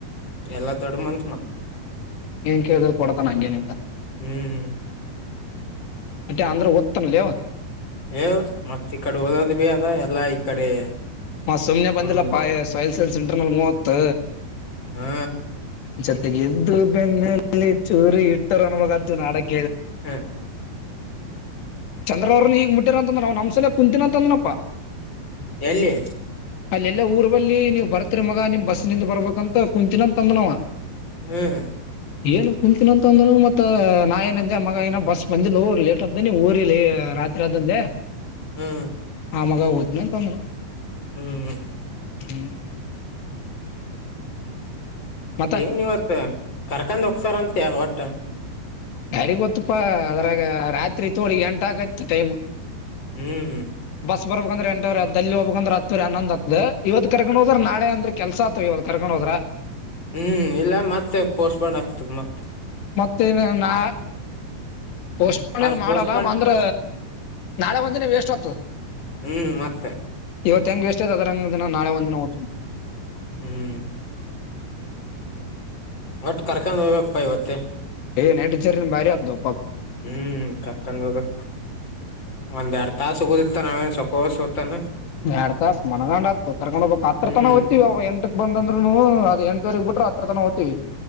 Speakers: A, on the left; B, on the left.
A: ಎಲ್ಲಾ ದೊಡ್ಡ ಮನುಷ್ಯ ಮತ್ತೆ
B: ನೀನ್ ಕೇಳಿದ್ರು ಕೊಡತಾನ ಹಂಗೇನು ಇಲ್ಲ
A: ಹ್ಮ್
B: ಅದೆ ಅಂದ್ರೂ ಓದತಾನ ಲೇವ್ವಾ.
A: ಏ ಮತ್ತತ್ ಈ ಕಡೆ ಓದದು ಭೀ ಅದ. ಎಲ್ಲಾ ಈ ಕಡೆ,
B: ಮ ಸುಮ್ನೆ ಬಂದಿಲ್ಲಪ್ಪ
A: ಹುಡುಗ
B: ಸಯಿಲ್ ಸೈನ್ ಸೆಂಟರ್ ನಲ್ಲಿ ಮೂವತ್,
A: ಹಾ
B: ಜೊತೆಗೆದ್ದು ಬೆನ್ಲಿಲಿ ಚೂರಿ ಇಟ್ಟರು. ಅನ್ಬೇಕ್ ಆಡಕ,
A: ಹ್ಮ,
B: ಚಂದ್ರ ಅವ್ರನು ಈಗ ಮುಟ್ಟಿರ ಅಂತಂದ್ರ ಅವ ನಮ್ಸಲ ಕುಂತಿನಂತಂದ್ರಪ್ಪ.
A: ಎಲ್ಲಿ
B: ಅಲ್ಲೆಲ್ಲಾ ಊರ್ ಬಲ್ಲಿ ನೀವ್ ಬರ್ತ್ರಿ ಮಗ ನಿಮ್ ಬಸ್ ನಿಂದ ಬರ್ಬೇಕಂತ ಕುಂತಿನಂತ ತಂದ್ನವ.
A: ಹ್ಮ್.
B: ಏನ ಕುಂತಿನ ಅಂತ ಅಂದನು ಮತ್ತ ನಾ ಏನಂದ ಮಗ ಏನ ಬಸ್ ಬಂದಿಲ್ಲ ಹೊರಿ ಲೇಟ್ ಅ್ದ ನೀವು ಹೊರೀ ಲೆ, ರಾತ್ರಿ ಅದಂದೆ,
A: ಹ್ಮ್.
B: ಆ ಮಗ ಹೊತಿನಂತ್ ಅಂದುನು.
A: ಹ್ಮ್.
B: ಹ್ಮ್. ಮತ್ತ
A: ಏನ ಇವತ್ತು ಕರ್ಕಂದ್ ಹೋಗ್ತಾರ ಅಂತೆ ಒಟ್ಟ.
B: ಯಾರಿ ಗೊತ್ತಪ್ಪಾ ಅದ್ರಾಗ ರಾತ್ರಿ ತೋಡಿ ಎಂಟ ಆಕೈತ ಟೈಮ್.
A: ಹ್ಮ್.
B: ಬರ್ಬೇಕ ಅಂದ್ರ ಎಂಟವರಿ ಅತ್ದ್ ಅಲ್ಲಿ ಹೋಗಬೇಕಂದ್ರ ಹತ್ತವರಿ ಹನ್ನೊಂದ ಅತ್ದ್ ಇವತ್ತು ಕರ ಹ್ರ ನಾಳೆ ಅಂದ್ರೆ ಕೆಲ್ಸ ಆತ್ವಾಗ ಇವತ್ತ ಕರ್ಕೊಂಡ್ ಹೋದ್ರ.
A: ಹ್ಮ್ ಇಲ್ಲ ಮತ್ತೆ ಪೋಸ್ಟ್ಪೋಡ್ ಆಗ್ತದ ಮತ್.
B: ಮತ್ತೇ ನಾ, ಪೋಷಫೋನ್
A: ಅವ್ರ
B: ಮಾಡಲ್ಲ
A: ಪೋಸ್ಟ್ಪೋಂಡ್
B: ಅಂದ್ರ ನಾಳೆ ಒಂದಿನ ವೇಷ್ಟ ಅತ್ದ್.
A: ಹ್ಮ್ ಮತ್ತ.
B: ಇವತ್ತು ಹೆಂಗೆ ಎಷ್ಟೇ್ ಅದ್ರಂಗ ದಿನ ನಾಳೆ ಒಂದಿನ ಹೋಗ್ತ
A: ಹ್ಮ್ ಒಟ್ ಕರ್ಕೊಂಡ್ ಹೋಗ್ಬೇಕಪ್ಪಾ ಇವತ್ತ.
B: ಏ ನೈಟ್ ಜರ್ನಿ ಬರಿ ಅತದೋ.
A: ಹ್ಮ್ ಕರ್ಕೊಂಡ ಹೋದ್ರ ಒಂದ್ ಎರಡ್ ತಾಸ್ ಸಿಗುದಿತ್ತ ನಾವೇನ್ ಸೊ ಕೋಷ ಹೊತಾನ.
B: ಎರಡ ತಾಸ ಮನಗೊಂಡ ಅತ್ದ್ ಕರ್ಕೊಂಡ್ ಹೋಗಬೇಕ್ ಹತ್ರತನ
A: ಹ್ಮ್
B: ಹೋತೀವಿ. ಎಂಟ ಹನೊಂದು ಅಂದ್ರೂನು ಅದ ಎಂಟುವರೆಗ್ ಬಿಟ್ರೆನು ಹತ್ರತನ ಹೋಗ್ತೀವಿ.